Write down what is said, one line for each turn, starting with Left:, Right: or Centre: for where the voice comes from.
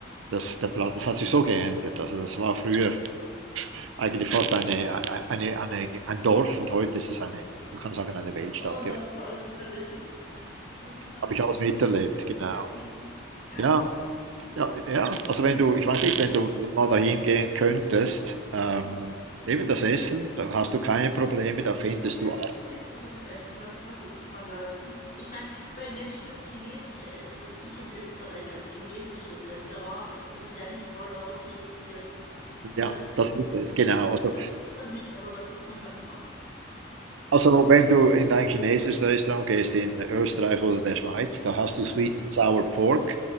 Right: das, der Platz, das hat sich so geändert. Also das war früher eigentlich fast eine, eine, eine, eine, ein Dorf und heute ist es eine, man kann sagen, eine Weltstadt
Left: Und
Right: geworden.
Left: dass du das alles miterlebt hast. Das ist dann
Right: Habe ich alles miterlebt, genau.
Left: Jahrzehnten. Ja.
Right: Ja, ja, ja. Also wenn du, ich weiß nicht, wenn du mal dahin gehen könntest, ähm,
Left: Und
Right: eben das Essen, dann hast du keine Probleme, da findest
Left: Ja,
Right: du alles.
Left: wie, wie ist es mit dem Essen? Was, was isst man dort? Ich meine, weil nämlich das chinesische Essen, das ich in Österreich als chinesisches Restaurant, das ist ja eigentlich voll europäisiert, oder?
Right: Ja, das ist es,
Left: Das
Right: genau.
Left: ist,
Right: Also
Left: das isst man nicht, aber was isst man dann sonst?
Right: Also, wenn du in ein chinesisches Restaurant gehst in Österreich oder der Schweiz, da hast
Left: Ja,
Right: du Sweet and Sour Pork